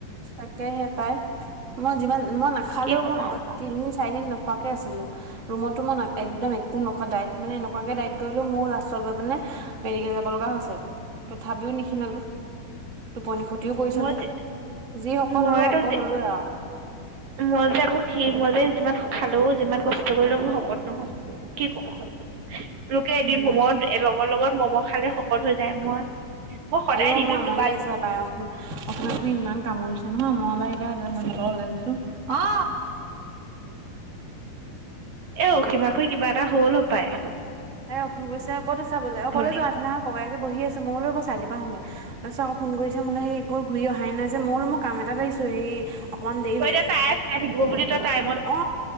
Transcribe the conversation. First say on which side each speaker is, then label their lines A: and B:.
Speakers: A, on the right; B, on the right.
A: তাকেহে পাই, মই যিমান মই নাখালেও
B: কি ক'ম
A: মই
B: আৰু
A: তিনদিন, চাৰিদিন না নোখোৱাকে আছিলোঁ। ৰুমতোও মই একদম একো নোখোৱা ডাইট মানে এনেকুৱাকে ডাইট কৰিলোঁ, মোৰ লাষ্টত গৈ পিনে মেডিকেল যাব লগা হৈছে, তথাপিওঁ নিখিনালোঁ, টোপনি ক্ষতিও কৰি
B: মই
A: চালোঁ।
B: যে
A: যি শকত
B: মইতো
A: হলোঁ, শকত
B: যে
A: হলোঁৱে আৰু।
B: মই যে আকৌ খিন, মই যে যিমান খালো, যিমান কষ্ট কৰিলেওঁ, মোৰ শকত নহওঁ। কি ক'ব <unintelligible> লোকে এদিন
A: উম
B: মম, লগৰ লগত ম'ম' খালে শকত হৈ যায়। মই মই সদায়
A: আইঅ
B: দিনটোত
A: মোৰ আমনি
B: দুবাৰ
A: লাগিছে এইবাৰ ৰ। আপোনালোকো ইমান কামৰিছে নহয় মই বাৰু এতিয়া ঘৰ ওলাই গৈছো অ
B: এ অসীমাখৈ কিবা এটা হ'ল পায়
A: এয়া ফৌন কৈছে ক'ত আছা বোলে অ ক'লে
B: নেকি
A: যোৱা এফালে অহা ককাইদেউ বহি আছে, মই বোলো এবাৰ চাৰিআলিৰ পৰা আহোগে, তাৰপিছত আকৌ ফোন কৰিছে মোৰলে সেই ঘৰ ঘূৰি অহাই নাই যে, মই বোলো মই কাম এটাত আহিছোঁ, সেই অকনমান দেৰি
B: তই
A: হ'ব।
B: এতিয়া তাই থাকিব বুলি তই তাই
A: অ